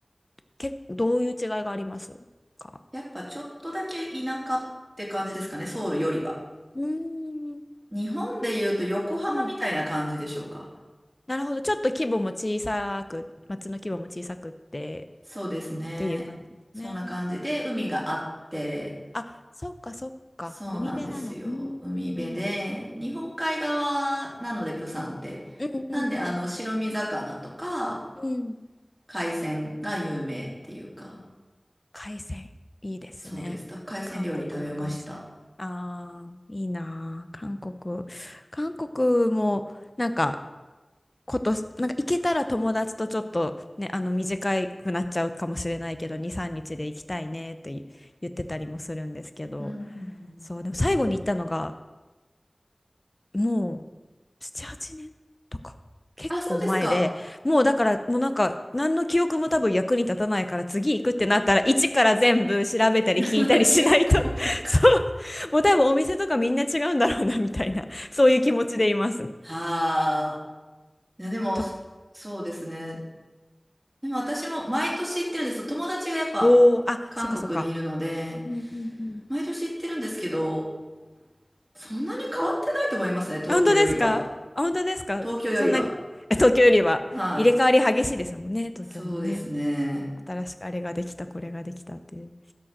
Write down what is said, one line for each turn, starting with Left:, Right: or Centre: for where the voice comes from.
Left: け、どういう違いがありますか
Right: やっぱちょっとだけ田舎って感じですかね、ソウルよりは。
Left: うーん、
Right: 日本で言うと横浜みたいな感じでしょうか。
Left: うん。なるほど、ちょっと規模も小さく、街の規模も小さくって
Right: そうですね。
Left: っていう感じですね。
Right: そんな感じで海があって、
Left: うんあ、そっかそっか。
Right: そうなんですよ。
Left: 海辺なの。うーん。
Right: 海辺で、日本海側なので、プサンって。
Left: うんうん
Right: なんで、あの、白身魚とか、
Left: うん。うん。
Right: 海鮮が有名っていうか、
Left: 海鮮。いいですね。
Right: そうです。だ海鮮料理食べました。
Left: 韓国の海鮮。ああ、いいなあ韓国。韓国も、なんか、こと、なんか行けたら友達とちょっとね、あの、短くなっちゃうかもしれないけど、2、3日で行きたいねって言ってたりもするんですけど、
Right: うんうんうん。
Left: そう、でも最後に行ったのが、もう7、8年とか。結構前で、
Right: あ、そうですか。
Left: もうだから、もうなんか、何の記憶も多分役に立たないから、次行くってなったら、一から全部調べたり聞いたりしないと
Right: <laughs> あの記憶をやかに。
Left: <laughs> そう。もう多分お店とかみんな違うんだろうな、みたいな、そういう気持ちでいます。
Right: ああ。いや、でも、
Left: と、
Right: そそうですね。でも私も毎年行ってるんですよ。友達がやっぱ、
Left: おー、あ、
Right: 韓国にいるので、
Left: そっかそっか。うんうんうん。
Right: 毎年行ってるんですけど、そんなに変わってないと思いますね、東京よりは。
Left: あ本当ですかあ本当ですかそんなに。
Right: 東京よりは。
Left: え東京よりは入れ替わり激しいですもんね、
Right: はい。
Left: 東京もね。
Right: そうですね。
Left: 新しくあれができた、これができたっていう。い